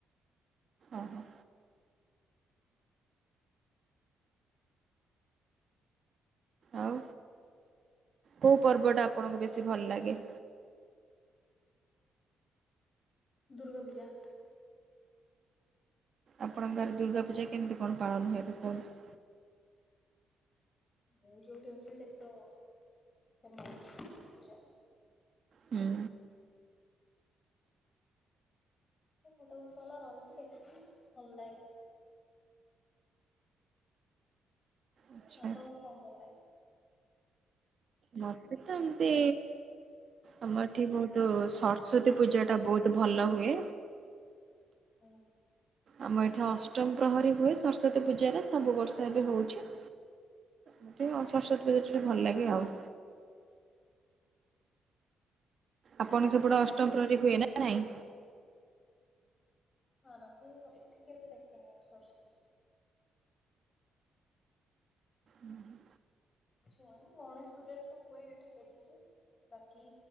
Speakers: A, on the right; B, on the left.
A: ଓହୋ। ଆଉ କୋଉ ପର୍ବ ଟା ଆପଣଙ୍କୁ ବେଶି ଭଲ ଲାଗେ?
B: ଦୁର୍ଗା ପୂଜା‌।
A: ଆପଣଙ୍କ ଘରେ ଦୁର୍ଗା ପୂଜା କେମତି କଣ ପାଳନ ହୁଏ କୁହନ୍ତୁ?
B: ମୁଁ ଯୋଉଠି ଅଛି ସେଠି ତ ଫେମସ ଦୁର୍ଗା ପୂଜା।
A: ହୁଁ
B: ଏଠି ଗୋଟେ ବର୍ଷ ହେଲା ରହିଛି ଦେଖିଚି ଭଲ ଲାଗେ।
A: ଆଚ୍ଛା
B: ଆପଣଙ୍କୁ କଣ ଭଲ ଲାଗେ?
A: ମତେ ତ ଏମତି। ଆମ ଏଠି ବହୁତ ସରସ୍ଵତୀ ପୂଜା ଟା ବହୁତ ଭଲ ହୁଏ।
B: ହୁଁ।
A: ଆମ ଏଠି ଅଷ୍ଟମ ପ୍ରହରୀ ହୁଏ ସରସ୍ଵତୀ ପୂଜାରେ ସବୁ ବର୍ଷ ଏବେ ହଉଛି। ମତେ ଆଉ ସରସ୍ଵତୀ ପୂଜା ଟିକେ ଭଲ ଲାଗେ ଆଉ। ଆପଣ ସେପଟେ
B: ଭାଇ
A: ଅଷ୍ଟମ
B: ଭଉଣୀ
A: ପ୍ରହରୀ ହୁଏ ନା ନାଇଁ?
B: ନା, ନା ମୁଁ ଏଠି କେବେ ଦେଖିନି ଆ ସରସ୍ଵତୀ।
A: ଉଁ ହୁଁ।
B: କିଛି ହୁଏନି ଗଣେଶ ପୂଜାରେ ତ ହୁଏ ଏଠି ଦେଖିଛି। ବାକି